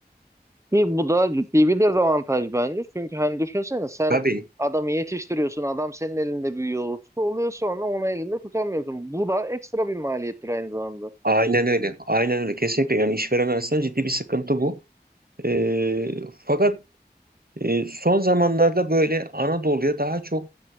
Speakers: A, on the right; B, on the right.
A: Ki bu da ciddi bir dezavantaj bence. Çünkü hani düşünsene sen
B: Tabii.
A: adamı yetiştiriyorsun, adam senin elinde büyüyor, usta oluyor sonra onu elinde tutamıyorsun. Bu da ekstra bir maliyettir aynı zamanda.
B: Aynen öyle. Aynen öyle. Kesinlikle yani işveren açısından ciddi bir sıkıntı bu. Ee, fakat e, son zamanlarda böyle Anadolu'ya daha çok